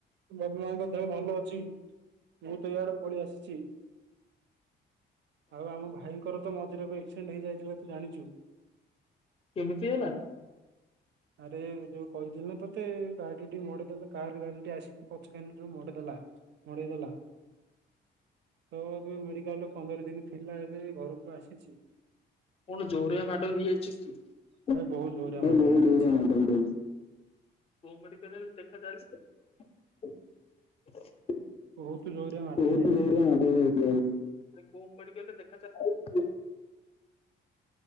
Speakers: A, on the right; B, on the left.
A: ବାପା ମାଙ୍କ ଦେହ ଭଲ ଅଛି, ମୁଁ ତ ଇଆଡେ ପଳେଇ ଆସିଛି। ଆଉ ଆମ ଭାଇଙ୍କର ତ ମଝିରେ ଏବେ ଏକ୍ସିଡେଣ୍ଟ୍ ହେଇଯାଇଥିଲା ତୁ ଜାଣିଛୁ।
B: କେମିତି ହେଲା?
A: ଆରେ ଯୋଉ କହିଥିଲି ନା ତତେ ଗାଡି ଟେ ମାଡିଦେଲା କାରରେ ଏମିତି ଆସିକି ପଛ କୁ ମଡିଦେଲା। ମାଡିଦେଲା। ତ ଏବେ ମେଡିକାଲରେ ପନ୍ଦର ଦିନ ଥିଲା ଏବେ ଘରକୁ ଆସିଛି।
B: କଣ ଜୋରିଆ ମାଡ଼ ହେଇଯାଇଚି କି?
A: ଭାଇ
B: <unintelligible>
A: ବହୁତ ଜୋରିଆ ମାଡ ହେଇଯାଇଛି
B: କୋଉ ମେଡିକାଲ ରେ ଦେଖାଚାଲିଚି କି? <inaudible>
A: ବହୁତ ଜୋରିଆ ମାଡ ହେଇଯାଇଛି ଭାଇ
B: ଆରେ କୋଉ ମେଡିକାଲରେ ଦେଖା <inaudible>